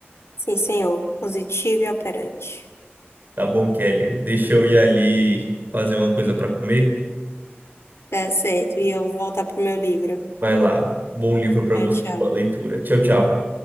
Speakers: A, on the left; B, on the right.
A: Sim, senhor. Positivo e operante.
B: Tá bom, Kelly? Deixa eu ir ali fazer uma coisa pra comer.
A: Tá certo. E eu vou voltar pro meu livro.
B: Vai lá. Bom livro pra
A: Tchau,
B: você,
A: tchau.
B: boa leitura. Tchau, tchau.